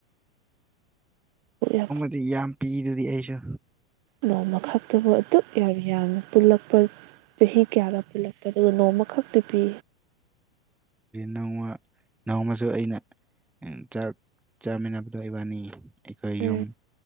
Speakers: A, on the right; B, in the centre.
A: ꯥ <unintelligible>
B: ꯑꯗꯨ ꯌꯥꯝ ꯄꯤꯗꯨꯗꯤ ꯑꯩꯁꯨ
A: ꯅꯣꯡꯃꯈꯛ ꯑꯗꯨꯕꯨ ꯑꯗꯨꯛ ꯌꯥꯝ ꯌꯥꯝꯅ ꯄꯨꯜꯂꯛꯄ ꯆꯍꯤ ꯀꯌꯥꯒ ꯄꯨꯜꯂꯛꯄ ꯑꯗꯨꯒ ꯅꯣꯡꯃꯈꯛ ꯤꯄꯤ
B: ꯅꯣꯡꯃ ꯅꯣꯡꯃꯁꯨ ꯑꯩꯅ ꯆꯥꯛ ꯆꯥꯃꯤꯟꯅꯕꯗꯣ ꯏꯕꯥꯅꯤ ꯑꯩꯈꯣꯏ
A: ꯎꯝ
B: ꯌꯨꯝ